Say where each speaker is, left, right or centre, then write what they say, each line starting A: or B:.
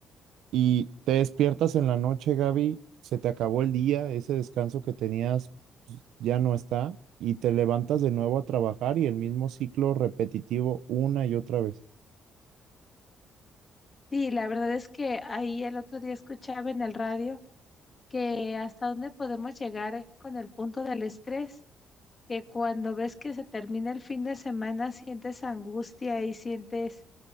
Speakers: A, on the right; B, on the left.
A: y te despiertas en la noche, Gaby, se te acabó el día, ese descanso que tenías pues, ya no está y te levantas de nuevo a trabajar y el mismo ciclo repetitivo una y otra vez.
B: Sí, la verdad es que ahí el otro día escuchaba en el radio que hasta dónde podemos llegar con el punto del estrés, que cuando ves que se termina el fin de semana sientes angustia y sientes